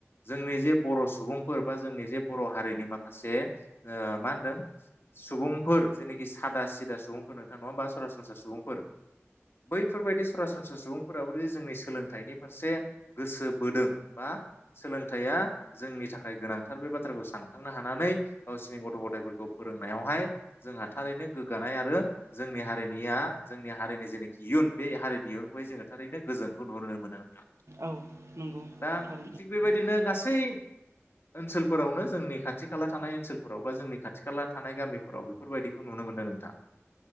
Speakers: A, on the left; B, on the right.
A: जोंनि जे बर' सुबुंफोर बा जोंनि जे बर' हारिनि माखासे ओ मा होनदों सुबुंफोर जेनाखि सादा सिदा सुबुंफोर नोंथां नङा होनबा सरासनस्रा सुबुंफोर बैफोरबायदि सरासनस्रा सुबुंफोराबो जुदि जोंनि सोलोंथाइनि फारसे गोसो बोदों बा सोलोंथाइया जोंनि थाखाय गोनांथार बे बाथ्राखौ सानखांनो हानानै गावसिनि गथ' गथाय फोरोंनायावहाय जोंहा थारैनो गोग्गानाय आरो जोंनि हारिनिया जोंनि हारिनि जि जेनाखि इयुन बे हारिनि इयुनखौहाय जोङो थारैनो गोजोनखौ नुनो मोनो नोंथां
B: औ नंगौ
A: दा
B: थारैनो
A: थिग बेबायदिनो गासै ओनसोलफोरावनो जोंनि खाथि खाला थानाय ओनसोलफोराव बा जोंनि खाथि खाला थानाय गामिफोराव बेफोरबायदिखौ नुनो मोनदों नोंथां